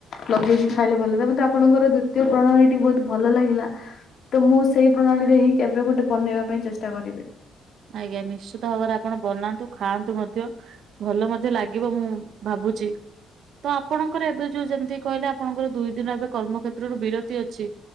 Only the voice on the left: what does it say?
ଲଗେଇକି ଖାଇଲେ ଭଲ ବି। ମୋତେ ଆପଣଙ୍କର ଦ୍ଵିତୀୟ ପ୍ରଣାଳୀଟି ବହୁତ ଭଲ ଲାଗିଲା। ତ ମୁଁ ସେଇ ପ୍ରଣାଳୀରେ ହିଁ କେବେ ଗୋଟେ ବନେଇବା ପାଇଁ ଚେଷ୍ଟା କରିବି।